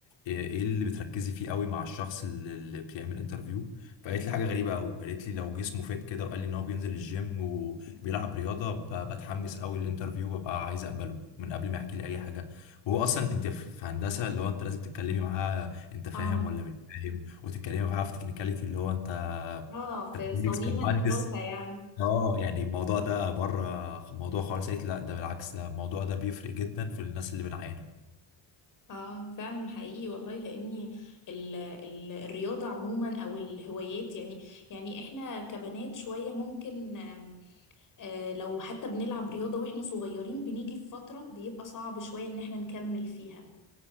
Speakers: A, on the left; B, on the left.
A: ايه إيه اللي بتركزي فيه قوي مع الشخص اللي اللي بيعمل انترفيو فقالت لي حاجه غريبه قوي قالت لي لو جسمه فات كده وقال لي ان هو بينزل الجيم وبيلعب رياضه ب... بتحمس قوي للانترفيو وببقى عايز اقبله من قبل ما يحكي لي اي حاجه وهو اصلا انت في هندسه اللي هو انت لازم تتكلمي معاه انت فاهم
B: اه
A: ولا مش فاهم وتتكلمي معاه في تكنيكاليتي اللي هو انت
B: اه في
A: انت كويس
B: صميم
A: كمهندس
B: الدراسة يعني
A: اه يعني الموضوع ده بره موضوع خالص قلت لا ده بالعكس ده الموضوع ده بيفرق جدا في الناس اللي بنعينها
B: اه فعلا حقيقي والله لاني ال ال الرياضه عموما او الهوايات يعني يعني احنا كبنات شويه ممكن آم، آه لو حتى بنلعب رياضه واحنا صغيرين بنيجي في فتره بيبقى صعب شويه ان احنا نكمل فيها